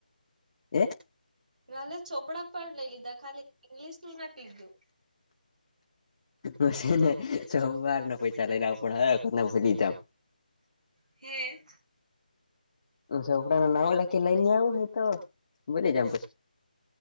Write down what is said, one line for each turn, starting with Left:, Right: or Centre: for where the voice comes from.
Left: એ
Right: એલે ચોપડા પણ લઈ લીધા ખાલી ઇંગ્લિશ નું નથી લીધું.
Left: હું છે ને સવાર ના પૈસા લઈ લ આવ પણ હને ભૂલી જામ
Right: હે
Left: ચોપડા માં નામ લખી લઈ ને આવું હ તો ભુલી જાવ